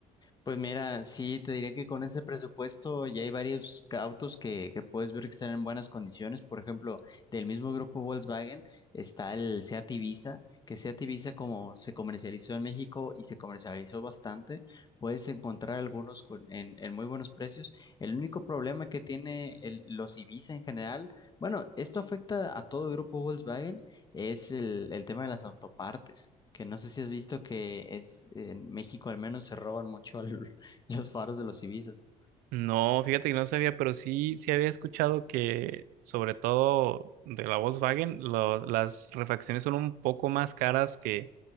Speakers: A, on the left; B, on the right.
A: Pues mira, sí, te diría que con ese presupuesto ya hay varios ca- autos que, que puedes ver que están en buenas condiciones. Por ejemplo, del mismo grupo Volkswagen está el Seat Ibiza, que Seat Ibiza como se comercializó en México y se comercializó bastante, puedes encontrar algunos con- en, en muy buenos precios. El único problema que tiene el- los Ibiza en general, bueno, esto afecta a todo grupo Volkswagen, es el, el tema de las autopartes, que no sé si has visto que es en México al menos se roban mucho al- <laughs> los faros de los Ibizas.
B: No, fíjate que no sabía, pero sí, sí había escuchado que, sobre todo de la Volkswagen, los- las refacciones son un poco más caras que,